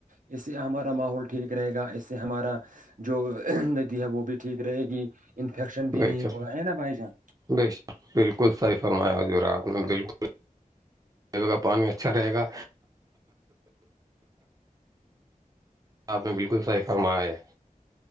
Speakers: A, on the right (about 65°); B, on the right (about 25°).
A: اس سے ہمارا ماحول ٹھیک رہے گا اس سے ہمارا جو ندی ہے وہ بھی ٹھیک رہے گی انفیکشن بھی
B: بے
A: نہیں
B: شک
A: ہو رہا ہے نا بھائی جان
B: بے بالکل صحیح فرمایا ہو ج رہا آپ نے بالکل جگہ پانی اچھا رہے گا آپ نے بالکل صحیح فرمایا ہے